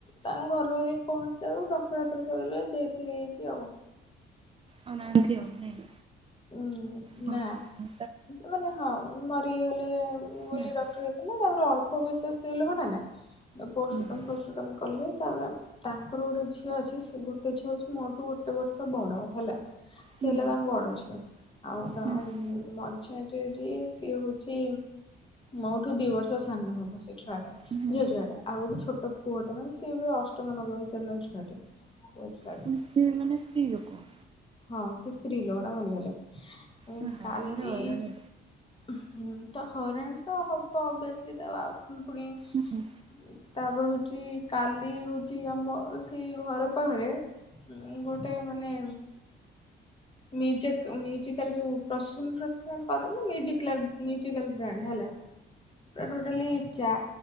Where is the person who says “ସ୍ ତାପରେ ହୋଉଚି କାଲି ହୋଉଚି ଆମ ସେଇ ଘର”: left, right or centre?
Left